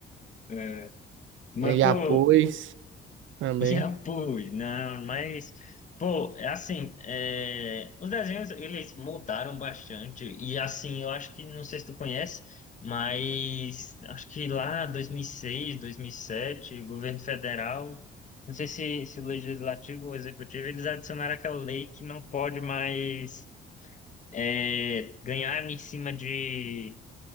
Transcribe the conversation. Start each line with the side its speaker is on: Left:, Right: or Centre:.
Left: É, Mas,
Right: E
Left: pô,
Right: após também.
Left: <laughs> Já pus, não, mas, pô, é assim, é, os desenhos, eles mudaram bastante, e assim, eu acho que, não sei se tu conhece, mas acho que lá 2006, sete, o governo federal, não sei se, se o legislativo ou o executivo, eles adicionaram aquela lei que não pode mais é, ganhar em cima de